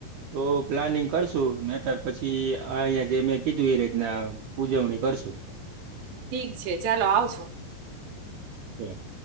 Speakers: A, on the right; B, on the right.
A: તો પ્લાનિંગ કરશું મેને તાર પછી આ અહીિયાં જે મેં કીધું એ રીતના ઉજવણી કરશું
B: ઠીક છે ચાલો આવશો
A: હમ